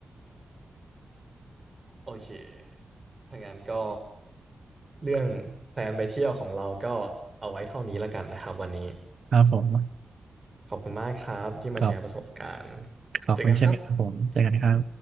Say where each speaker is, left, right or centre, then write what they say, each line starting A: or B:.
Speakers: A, on the right (about 30°); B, on the right (about 65°).
A: โอเคถ้างั้นก็เรื่องแพลนไปเที่ยวของเราก็เอาไว้เท่านี้ละกันนะครับวันนี้
B: ครับผม
A: ขอบคุณมากครับที่มาแชร์ประสบการณ์
B: ขอบขอบคุณเช่นกันครับผมเจอกันครับ
A: เจอกันครับ